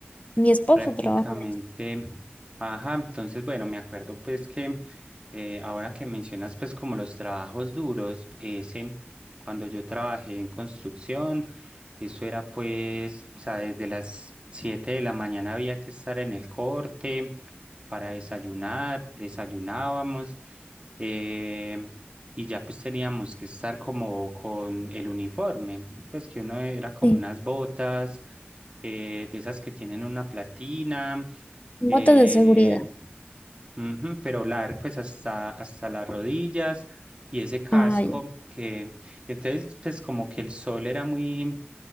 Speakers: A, on the left; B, on the right.
A: mi esposo
B: prácticamente,
A: trabaja
B: ajá, entonces bueno, me acuerdo pues que eh, ahora que mencionas, pues, como los trabajos duros, ese, cuando yo trabajé en construcción, eso era, pues, o sea, desde las 7 de la mañana había que estar en el corte para desayunar, desayunábamos, eh, y ya, pues, teníamos que estar como con el uniforme, pues, que uno era como
A: en
B: unas
A: sí,
B: botas eh, de esas que tienen una platina,
A: botas
B: eh,
A: de seguridad.
B: Ujú, pero largo pues hasta, hasta las rodillas y ese casco
A: Ay,
B: que entonces pues como que el sol era muy,